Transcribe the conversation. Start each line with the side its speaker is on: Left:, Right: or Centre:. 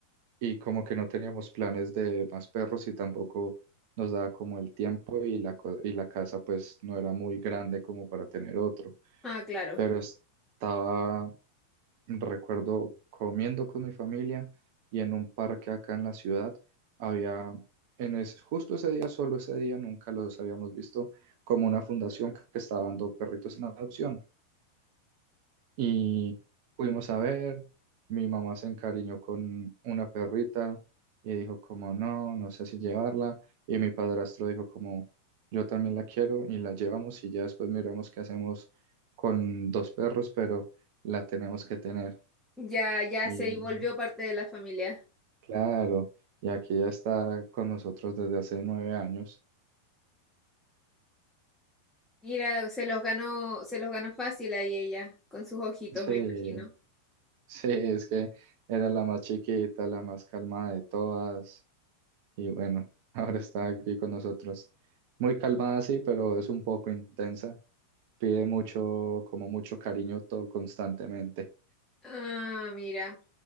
Right: y como que no teníamos planes de más perros y tampoco nos daba como el tiempo y la, co- y la casa pues no era muy grande como para tener otro.
Centre: Ah, claro.
Right: Pero estaba Recuerdo comiendo con mi familia y en un parque acá en la ciudad había, en es, justo ese día, solo ese día, nunca los habíamos visto, como una fundación que estaba dando perritos en adopción. Y fuimos a ver, mi mamá se encariñó con una perrita y dijo como no, no sé si llevarla. Y mi padrastro dijo como yo también la quiero y la llevamos y ya después miramos qué hacemos con dos perros, pero la tenemos que tener.
Centre: Ya, ya
Right: Y
Centre: se volvió parte de la familia.
Right: Claro, y aquí ya está con nosotros desde hace nueve años.
Centre: Mira, se los ganó, se los ganó fácil ahí ella, con sus ojitos,
Right: Sí,
Centre: me imagino.
Right: sí, es que era la más chiquita, la más calmada de todas, y bueno, <laughs> ahora está aquí con nosotros. Muy calmada, sí, pero es un poco intensa. Pide mucho, como mucho cariño todo constantemente.
Centre: Ah, mira,